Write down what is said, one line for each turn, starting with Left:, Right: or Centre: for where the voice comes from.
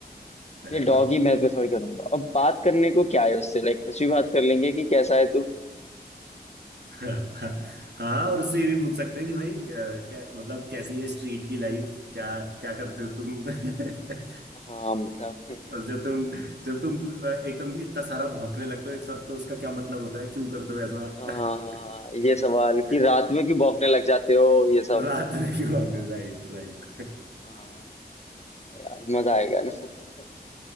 Right: है
Left: ये डॉग
Right: ना
Left: ही मैं प्रेफर करूंगा अब बात करने को क्या है उससे लाइक कुछ भी बात कर लेंगे कि कैसा है तू
Right: <laughs> हाँ और उससे ये भी पूछ सकते हैं कि भाई अ, क्या मतलब कैसी है स्ट्रीट की लाइफ क्या क्या करते हो तुम <laughs>
Left: हाँ मतलब <laughs>
Right: और जब तुम जब तुम अ, एकदम इतना सारा भौंकने लगते हो एक साथ तो उसका क्या मतलब होता है क्यों करते हो ऐसा
Left: हाँ
Right: <laughs>
Left: हाँ ये सवाल कि
Right: अ,
Left: रात में क्यों भौंकने लग जाते हो ये सब
Right: रात में क्यों भागते right right
Left: हाँ यार मजा आएगा ना <laughs>